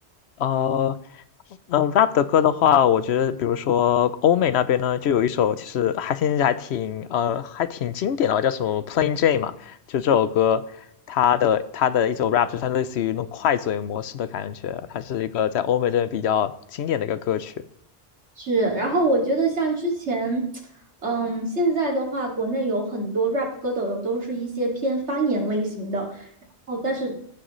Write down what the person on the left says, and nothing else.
呃，呃，rap 的歌的话，我觉得比如说欧美那边呢，就有一首其实还现在还挺呃还挺经典的吧，叫什么《Plain Jane》嘛，就这首歌，它的它的一首 rap 就是它类似于那种快嘴模式的感觉，它是一个在欧美这边比较经典的一个歌曲。